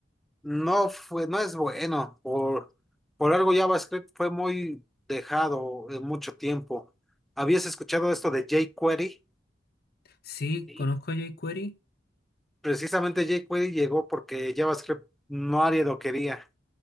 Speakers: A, in the centre; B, on the left (about 60°).
A: No fue, no es bueno. Por, por algo JavaScript fue muy dejado en mucho tiempo. ¿Habías escuchado esto de jQuery?
B: Sí,
A: Sí.
B: conozco jQuery.
A: Precisamente jQuery llegó porque JavaScript no nadie lo quería.